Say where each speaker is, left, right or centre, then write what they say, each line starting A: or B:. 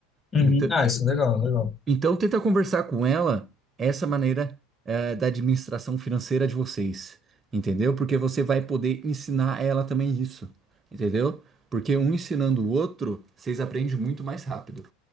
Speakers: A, on the left (about 20°); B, on the right (about 30°).
A: Uhum.
B: Então,
A: Ah, isso é legal, legal.
B: então, tenta conversar com ela essa maneira eh, da administração financeira de vocês, entendeu? Porque você vai poder ensinar ela também isso, entendeu? Porque um ensinando o outro, vocês aprendem muito mais rápido,